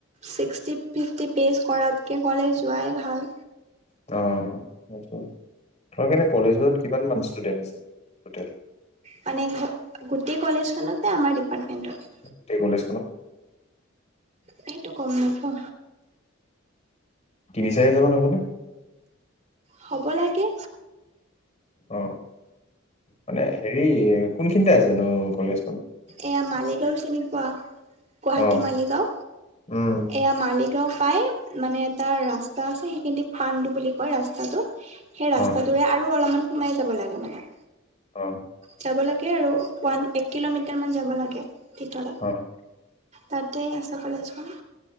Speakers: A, on the right; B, on the left.
A: ছিক্সটি ফিফটি পেজ কৰাতকে ক'লে যোৱাই ভাল।
B: অ সেইটোৱে। তোমালোকৰ এনে কলেজত কিমানান ষ্টুডেন্ট আছে টোটেল?
A: মানে ঘ গোটেই কলেজখনত নে, আমাৰ ডিপাৰ্টমেন্টত?
B: গোটেই কলেজ খনত?
A: সেইটো গম নাপাও।
B: তিনি-চাৰি হাজাৰ মান হ'বনে?
A: হ'ব লাগে।
B: অ মানে হেৰি কোনখিনিতে আছেনো কলেজ
A: এয়া মালিগাঁও চিনি পোৱা? গুৱাহাটী
B: অ',
A: মালিগাঁও?
B: উম,
A: এয়া মালিগাঁও পাই মানে এটা ৰাস্তা আছে সেইখিনিক পাণ্ডু বুলি কয় ৰাস্তাটোক। সেই ৰাস্তাটোৰে
B: অ',
A: আৰু অলপমান সোমাই যাব লাগে মানে।
B: অ।
A: যাব লাগে আৰু ওৱান এক কিলোমিটাৰ মান যাব লাগে ভিতৰত,
B: অ',
A: তাতেই আছ কলেজখন।